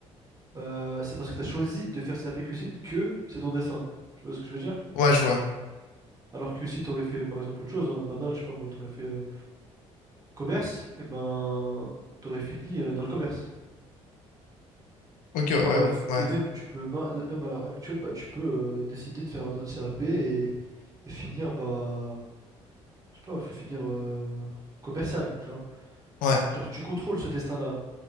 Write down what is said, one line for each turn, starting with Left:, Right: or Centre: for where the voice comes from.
Right: euh, c'est parce que tu as choisi de faire CAP cuisine que c'est ton dessin. Tu vois ce que je veux dire?
Left: Ouais, je vois.
Right: Alors que si tu aurais fait par exemple autre chose, hein, banal, je sais pas moi, tu aurais fait euh, commerce, et ben tu aurais fini euh, dans le commerce.
Left: Ok, ouais,
Right: Enfin
Left: ouais,
Right: bref,
Left: ouais, ouais.
Right: et même tu peux ma- là- même à l'heure actuelle, bah, tu peux euh, décider de faire un autre CAP et, et finir bah je sais pas, faut finir euh, commercial, tu vois.
Left: Ouais.
Right: Genre tu contrôles ce destin-là.